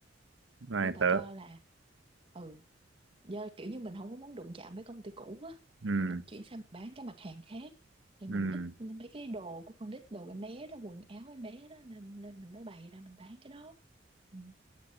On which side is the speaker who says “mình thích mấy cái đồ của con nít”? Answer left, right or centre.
Right